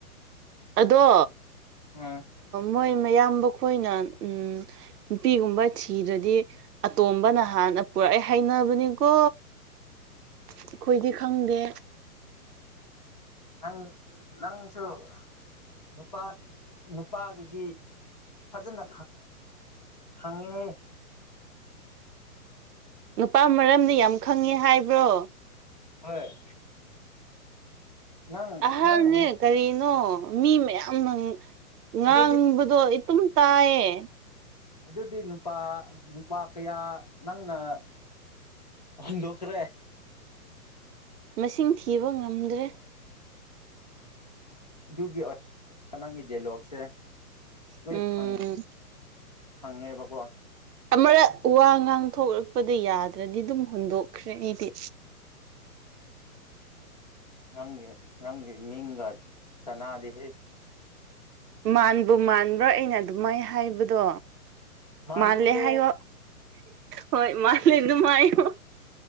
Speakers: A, on the right; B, on the left.
A: ꯑꯗꯣ
B: ꯎꯝ
A: ꯃꯣꯏ ꯃꯌꯥꯝꯈꯣꯏꯅ ꯎꯝ ꯅꯨꯄꯤꯒꯨꯝꯕ ꯊꯤꯗꯗꯤ ꯑꯇꯣꯝꯕ ꯅꯍꯥꯟꯅ ꯄꯨꯔꯛꯑꯦ ꯍꯅꯕꯅꯤꯀꯣ ꯑꯩꯈꯣꯏꯗꯤ ꯈꯪꯗꯦ
B: ꯅꯪ ꯅꯪꯁꯨ ꯅꯨꯄꯥ ꯅꯨꯄꯥꯒꯤꯗꯤ ꯐꯖꯅ ꯈꯪꯉꯦ
A: ꯅꯨꯄꯥ ꯃꯔꯝꯗꯤ ꯌꯥꯝ ꯈꯪꯉꯦ ꯍꯥꯏꯕ꯭ꯔꯣ
B: ꯍꯣꯏ ꯅꯪ
A: ꯑꯍꯥꯟꯕꯅꯦ
B: ꯅꯪ ꯅꯨ-
A: ꯀꯔꯤꯅꯣ ꯃꯤ ꯃꯌꯥꯝꯅ ꯉꯥꯡꯕꯗꯣ
B: ꯑꯗꯨꯗꯤ
A: ꯏꯇꯝ ꯇꯥꯏꯌꯦ
B: ꯑꯗꯨꯗꯤ ꯅꯨꯄꯥ ꯅꯨꯄꯥ ꯀꯌꯥ ꯅꯪꯅ ꯑꯍꯨꯟꯗꯣꯈ꯭ꯔꯦ
A: ꯃꯁꯤꯡ ꯊꯤꯕ ꯉꯝꯗ꯭ꯔꯦ
B: ꯑꯗꯨꯒꯤ ꯅꯪꯒꯤ ꯗꯥꯏꯂꯣꯛꯁꯦ ꯂꯣꯏ
A: ꯎꯝ
B: ꯈꯪ ꯍꯪꯉꯦꯕꯀꯣ
A: ꯑꯃꯔꯛ ꯋꯥ ꯉꯥꯡꯊꯣꯛꯂꯛꯄꯗ ꯌꯥꯗ꯭ꯔꯗꯤ ꯑꯗꯨꯝ ꯍꯨꯟꯗꯣꯛꯈ꯭ꯔꯦ ꯑꯩꯗꯤ
B: ꯅꯪ ꯅꯪ ꯃꯤꯡꯒ ꯆꯅꯥꯗꯦꯍꯦ
A: ꯃꯕꯨ ꯃꯥꯟꯕ꯭ꯔꯥ ꯑꯩꯅ ꯑꯗꯨꯃꯥꯏ ꯍꯥꯏꯕꯗꯣ
B: ꯃꯥꯜꯂꯨꯔꯦ
A: ꯃꯥꯜꯂꯦ ꯍꯥꯏꯌꯣ ꯍꯣꯏ ꯃꯥꯜꯂꯦ ꯑꯗꯨꯝꯍꯥꯏꯌꯣ